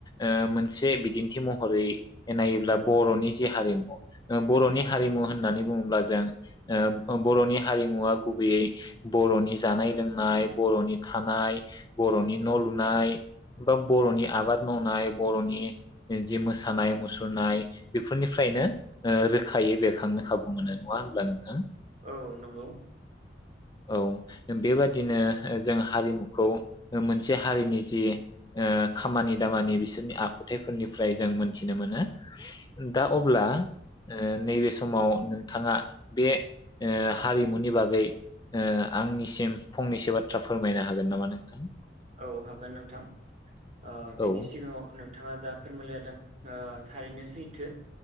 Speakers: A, on the left; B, on the right.
A: ओ मोनसे बिदिन्थि महरै नायोब्ला बर'नि जे हारिमु ओ बर'नि हारिमु
B: औ
A: होननानै बुङोब्ला जों ओ ब बर'नि हारिमुवा गुबैयै बर'नि जानाय लोंनाय बर'नि थानाय बर'नि
B: औ
A: न लुनाय बा बर'नि आबाद मावनाय बर'नि जि मोसानाय मुसुरनाय बेफोरनिफ्रायनो ओ रोखायै बेरखांनो खाबु मोनो नङा होमब्ला नोंथां?
B: औ नंगौ।
A: औ बेबादिनो ओ जों हारिमुखौ मोनसे हारिनि जि ओ खामानि दामानि बिसोरनि आखुथायफोरनिफ्राय जों मोनथिनो मोनो। दा
B: औ
A: अब्ला ओ नैबे समाव नोंथाङा बे ओ हारिमुनि बागै ओ आंनिसिम फंनैसो बाथ्रा फोरमायनो हागोन नामा नोंथां?
B: औ हागोन नोंथां। ओ बेनि
A: औ
B: सिगाङाव नोंथाङा जा फोरमायलायदों ओ थारैनो सैथो।